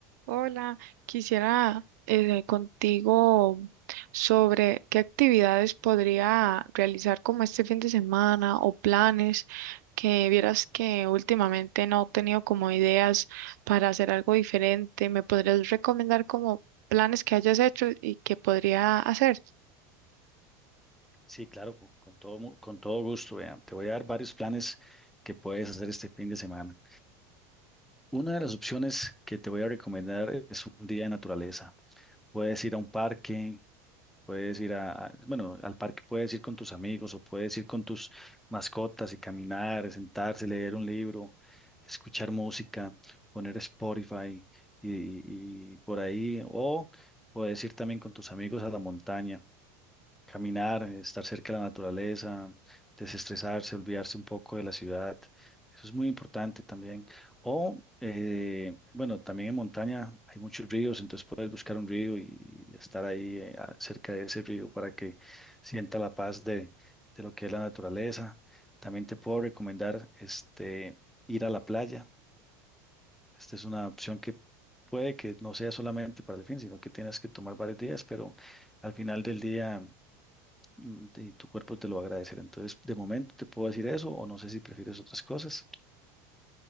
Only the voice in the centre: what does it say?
Sí, claro, con, con todo, mu- con todo gusto, vean. Te voy a dar varios planes que puedes hacer este fin de semana. Una de las opciones que te voy a recomendar es un día de naturaleza. Puedes ir a un parque, puedes ir a, a- bueno, al parque puedes ir con tus amigos o puedes ir con tus mascotas y caminar, sentarse, leer un libro, escuchar música, poner Spotify y, y por ahí. O puedes ir también con tus amigos a la montaña. Caminar, estar cerca de la naturaleza, desestresarse, olvidarse un poco de la ciudad. Eso es muy importante también. O, eh, bueno, también en montaña hay muchos ríos, entonces puedes buscar un río y, y estar ahí eh, a- cerca de ese río para que sienta la paz de, de lo que es la naturaleza. También te puedo recomendar este, ir a la playa. Esta es una opción que puede que no sea solamente para el fin, sino que tienes que tomar varios días, pero al final del día mm, y tu cuerpo te lo va a agradecer. Entonces, de momento te puedo decir eso o no sé si prefieres otras cosas.